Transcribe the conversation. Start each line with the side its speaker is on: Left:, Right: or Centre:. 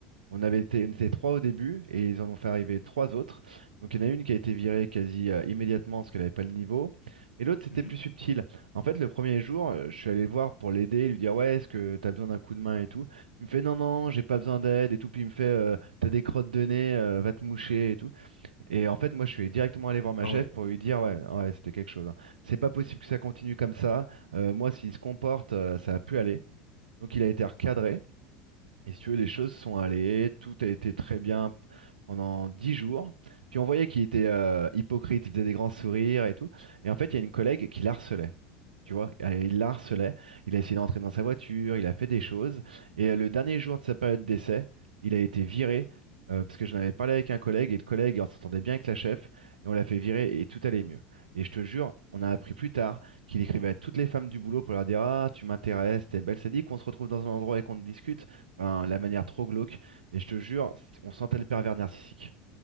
Right: On avait été, on était trois au début et ils en ont fait arriver trois autres. Donc il y en a une qui a été virée quasi euh, immédiatement parce qu'elle n'avait pas le niveau. Et l'autre, c'était
Left: mhm.
Right: plus subtil. En fait, le premier jour, euh, je suis allé le voir pour l'aider, lui dire, ouais, est-ce que t'as besoin d'un coup de main et tout. Il me fait, non, non, j'ai pas besoin d'aide et tout. Puis il me fait, euh, t'as des crottes de nez, euh, va te moucher et tout. Et en fait, moi, je suis directement allé voir ma
Left: ah
Right: chef
Left: ouais,
Right: pour lui dire, ouais, ouais, c'était quelque chose. hein. C'est pas possible que ça continue comme ça. Euh, moi, s'il se comporte, euh, ça a pu aller. Donc il a été recadré. Et si tu veux, les choses sont allées, tout a été très bien p- pendant dix jours. Puis on voyait qu'il était euh, hypocrite, il faisait des grands sourires et tout. Et en fait, il y a une collègue qui l'harcelait. Tu vois, Euh, il la harcelait, il a essayé d'entrer dans sa voiture, il a fait des choses. Et euh, le dernier jour de sa période d'essai, il a été viré, euh, parce que j'en avais parlé avec un collègue, et le collègue, on s'entendait bien avec la chef, et on l'a fait virer, et tout allait mieux. Et je te jure, on a appris plus tard qu'il écrivait à toutes les femmes du boulot pour leur dire, Ah, tu m'intéresses, t'es belle, c'est dit qu'on se retrouve dans un endroit et qu'on discute. Enfin, la manière trop glauque. Et je te jure, on sentait le pervers narcissique.